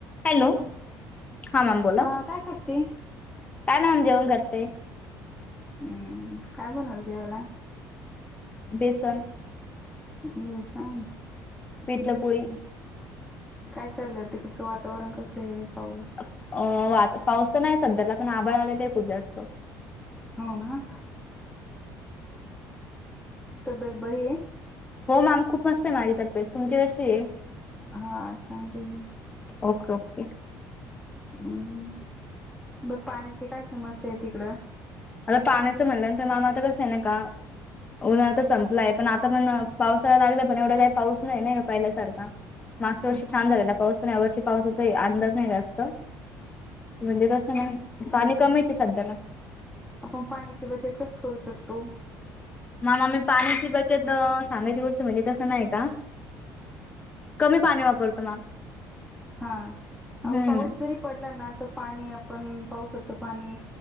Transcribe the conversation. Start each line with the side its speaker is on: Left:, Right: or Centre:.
Left: Hello, हा ma'am बोला.
Centre: हा काय करते
Left: काय ना मग जेवण करते.
Centre: हम्म काय बनवलं जेवायला?
Left: बेसन
Centre: बेसन
Left: पिठलं
Centre: भारी
Left: पोळी
Centre: कायं चाललंय तिकडचं वातांवरण कसं आहे? पाऊस,
Left: अं वात पाऊस तरं नाहीं सध्यांचा पणं आभांळ आलेय ते खुंप जास्तं
Centre: हो नां, तब्येत बरी आहे?
Left: हो मॅम खूंप मस्तं आहे माझी तब्येत, तुमची कशी आहे?
Centre: हां चांगली आहे.
Left: ओके ओके
Centre: हम्मं बरं पाण्यांची कायं समस्यां आहे तिकडं?
Left: आंता पाण्यांचं म्हणलंं नांं तरं मॅम आंता कसंय नाहीं कां उन्हांळ तरं संपलाय पणं आंता पणं पावसांळा लागलं, पणं एवढां कांहीं पाऊस नाहीं नाहीं कां पहिल्यासांरखा मागच्यां वर्षी
Centre: हो
Left: छांन झालेला पाऊस पणं यां वर्षी पावसांचा अंदाज नाहीं जास्तं म्हणजे कसंय नां पाणी कमीच आहे संध्याला
Centre: आपणं पाण्यांची बचतं कशी करूं शकतो?
Left: मामा मी पाण्यांची बचतं सांगायची गोष्ट म्हणजे तसं नाहीं कां कमी पाणी वापरतो मॅम
Centre: हां अं
Left: हम्म
Centre: पाऊस जरी पडलां नां तरं पाणी आपणं पावसाचं पाणी